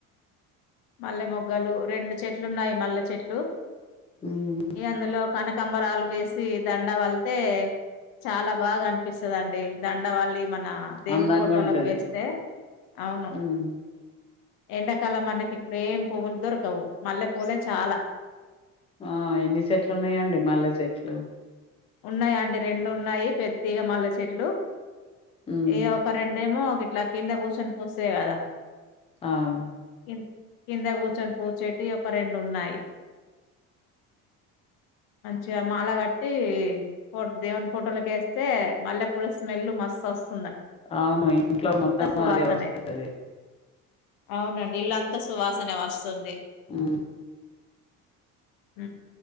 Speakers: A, on the left; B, on the left.
A: మల్లె మొగ్గలు రెండు చెట్లు ఉన్నాయి మల్లె చెట్లు
B: హ్మ్
A: ఏ అందులో కనక కంబరా ఆలు వేస్ తే దండ వళ్తే చాలా బాగా అనిపిస్తుంది అండి దండ వాళ్ళి మన దేవుని
B: అందంగా
A: ఫోటోలకు
B: ఉంటది
A: వేస్తే అవును
B: హ్మ్
A: ఎండకాలం అనకి ఇప్పుడు ఏం పువ్వులు దొరకవు మల్లె పూలే చాలా
B: ఆ ఎన్ని చెట్లు ఉన్నాయండి మల్లె చెట్లు
A: ఉన్నాయా అండి రెండు ఉన్నాయి పెతిగ మల్ల చెట్లు
B: హ్మ్
A: ఇ ఒక రెండేమో ఇట్లా కింద కూర్చొని పోస్తేయి కదా
B: ఆవును
A: ఇన్ కింద కూర్చొని పూచేటి ఒక రెండు ఉన్నాయి మంచిగా మాల కట్టి ఫొ దేవుని ఫోటోలకు ఏస్తే మల్లె పూల స్మెల్ మస్తు వస్తు
B: అవును ఇంట్లో మొత్తం
A: సువాసనే
B: అదే వస్తది.
A: అవునండి ఇల్లంత్- త్త సువాసనె వస్తుంది.
B: ఉ
A: ఉ